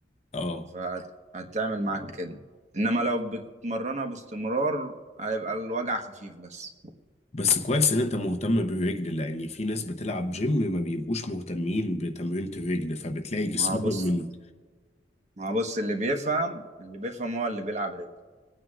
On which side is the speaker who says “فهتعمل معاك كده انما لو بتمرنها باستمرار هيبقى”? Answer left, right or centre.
Right